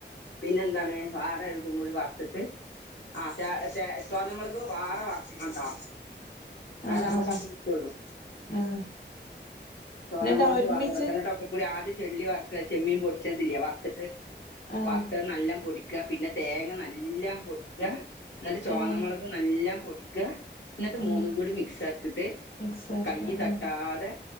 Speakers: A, on the left; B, on the left.
A: പിന്നെ എന്താണ് വാറെ ഒര്തും കൂടി വർത്തിട്ട് ആഹ് തേ തേ ചോന്ന മുളക്ക് വാറെ വർക്കണംട്ടോ ഇന്നാല്
B: ആഹ്
A: നമ്മുക്ക്
B: ആഹ്
A: അത് കിട്ടുള്ളൂ
B: ആഹ്
A: ചോന്ന
B: എന്നിട്ട്
A: മുളക്ക്
B: ഒരുമിച്ച്
A: വാറെ വർക്കണംട്ടോ കൂടി ആദ്യ ചെള്ളി വർക്ക ചെമ്മീൻ പൊടിച്ചേചെയ്യ വറുത്തിട്ട്
B: ആഹ്
A: വറുത്തത് നല്ലാംപൊടി ക്ക പിന്നെ തേങ്ങ നല്ല പൊടിക്ക ന്നിട്ട് ചോന്നമുളക്
B: ആഹ്
A: നല്ലാം പൊടിക്ക ന്നിട്ട്
B: ആഹ്
A: മൂന്നും കൂടി മിക്സ് ആക്കിട്ട്
B: മിക്സാക്ക
A: കയ്യ് തട്ടാതെ
B: ആഹ്